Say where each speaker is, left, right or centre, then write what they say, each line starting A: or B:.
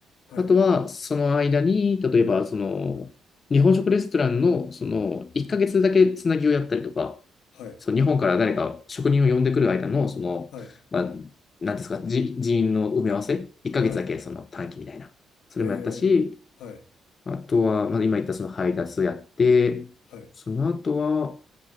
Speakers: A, on the left; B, on the left.
A: はい。
B: あとは、その間に、例えば、その、日本食レストランの、その、1ヶ月だけつなぎをやったりとか、
A: はい。
B: その日本から誰か職人を呼んでくる間の、その、
A: はい。
B: まあ、なんですか、じ人員の埋め合わせ、1ヶ月だけその短期みたいな、
A: はい。
B: それもやったし、
A: えー。はい。
B: あとは、まあ、今言ったその配達をやって、
A: はい。
B: その後は、